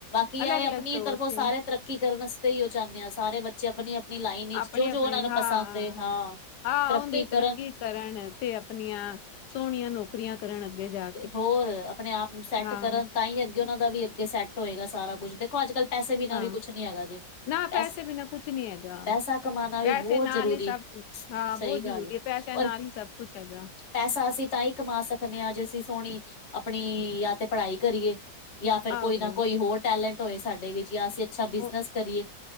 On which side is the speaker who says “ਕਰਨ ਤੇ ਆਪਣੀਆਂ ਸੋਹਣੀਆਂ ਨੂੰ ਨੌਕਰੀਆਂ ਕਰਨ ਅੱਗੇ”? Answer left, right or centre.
Left